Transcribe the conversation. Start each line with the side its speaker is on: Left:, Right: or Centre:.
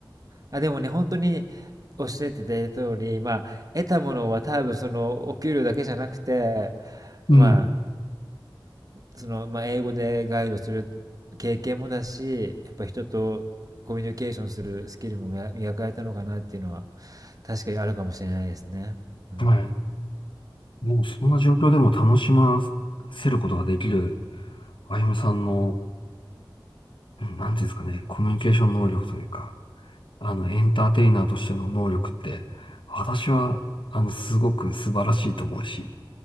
Right: あ、でもね、本当におっしゃっていただいた通り、まあ、得たものは多分その、お給料だけじゃなくて、
Left: う
Right: まあ、その、まあ、英語でガイドする経験もだし、やっぱ人とコミュニケーションするスキルも磨磨かれたのかなっていうのは、確かにあるかもしれないですね。うん。
Left: ん、はい。もうそんな状況でも楽しませることができる、あゆむさんの、うんなんていうんですかね、コミュニケーション能力というか、あの、エンターテイナーとしての能力って、私は、あの、すごく素晴らしいと思うし、